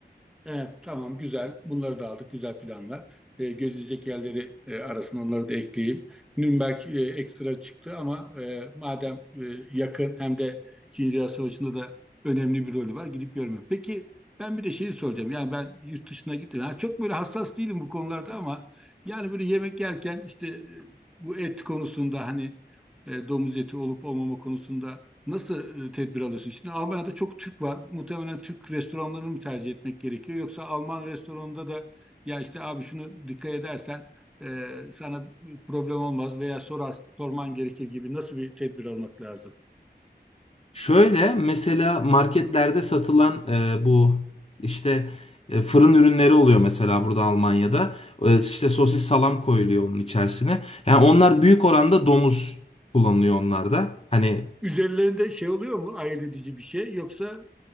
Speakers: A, in the centre; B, on the left (about 35°).
A: Evet, tamam güzel. Bunları da aldık. Güzel planlar. E, gözülecek yerleri e, arasına onları da ekleyeyim. Nürnberg e, ekstra çıktı ama e, madem e, yakın hem de İkinci Dünya Savaşı'nda da önemli bir rolü var. Gidip görmek. Peki ben bir de şeyi soracağım. Yani ben yurt dışına gittim. Ha, çok böyle hassas değilim bu konularda ama yani böyle yemek yerken işte e, bu et konusunda hani e, domuz eti olup olmama konusunda Nasıl e, tedbir alıyorsun? Şimdi Almanya'da çok Türk var. Muhtemelen Türk restoranlarını mı tercih etmek gerekiyor? Yoksa Alman restoranında da ya işte abi şunu dikkat edersen e, sana problem olmaz veya sorar, sorman gerekir gibi nasıl bir tedbir almak lazım?
B: Şöyle mesela marketlerde satılan e, bu işte e, fırın ürünleri oluyor mesela burada Almanya'da. E, işte sosis salam koyuluyor onun içerisine. Yani onlar büyük oranda domuz kullanılıyor onlarda. Hani
A: Üzerlerinde şey oluyor mu? Ayırt edici bir şey yoksa